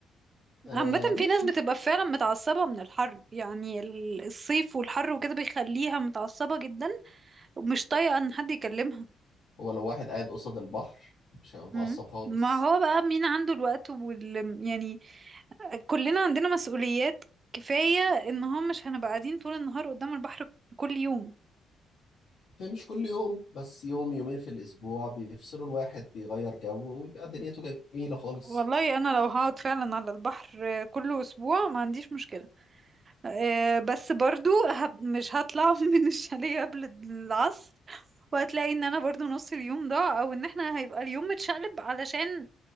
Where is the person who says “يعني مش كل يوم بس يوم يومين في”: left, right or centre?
Left